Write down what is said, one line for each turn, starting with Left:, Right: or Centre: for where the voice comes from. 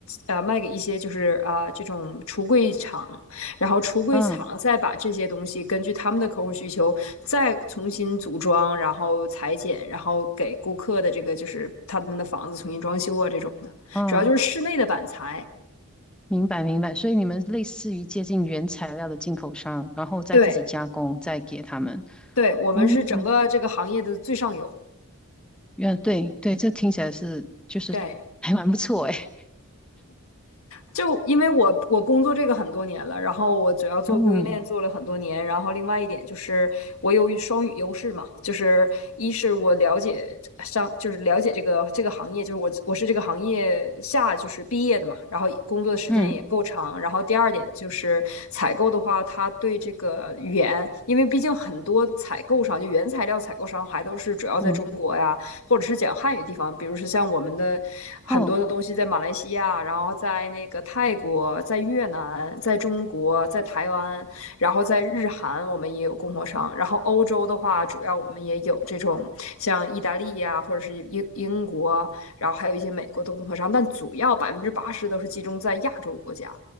Left: 呃卖给一些就是啊、这种橱柜厂，然后橱柜厂再把这些东西根据他们的客户需求再重新组装，
Centre: 嗯
Left: 然后裁剪，然后给顾客的这个就是他们的房子重新装修啊这种的，
Centre: 嗯。
Left: 主要就是室内的板材，
Centre: 明白明白，所以你们类似于接近原材料的进口商，然后再自己加工，
Left: 对。
Centre: 再给他们。
Left: 对，我们是整个这个行业的最上游。
Centre: 嗯，原对对，这听起来是就是还蛮不错诶。
Left: 对，就因为我我工作这个很多年了，然后我主要做供应链做了很多年，
Centre: 嗯
Left: 然后另外一点就是我有双语优势嘛，就是一是我了解上就是了解这个这个行业，就是我我是这个行业下就是毕业的嘛，然后工作的时间也够长，
Centre: 嗯
Left: 然后第二点就是采购的话，他对这个语言，因为毕竟很多采购商就原材料采购商还都是主要在中国呀，
Centre: 嗯，
Left: 或者是讲汉语地方，比如说像我们的很多的东西在马来西亚，
Centre: 哦
Left: 然后在那个泰国、在越南、在中国、在台湾，然后在日韩，我们也有供货商。然后欧洲的话，主要我们也有这种像意大利呀、或者是英英国，然后还有一些美国的供货商，但主要百分之八十都是集中在亚洲国家。